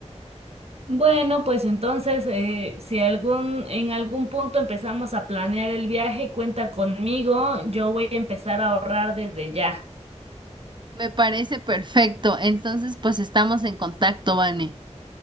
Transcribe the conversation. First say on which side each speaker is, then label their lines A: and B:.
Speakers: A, on the right; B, on the right.
A: Bueno, pues entonces, eh, si algún, en algún punto empezamos a planear el viaje, cuenta conmigo, yo voy a empezar a ahorrar desde ya.
B: Me parece perfecto. Entonces, pues estamos en contacto, Vane.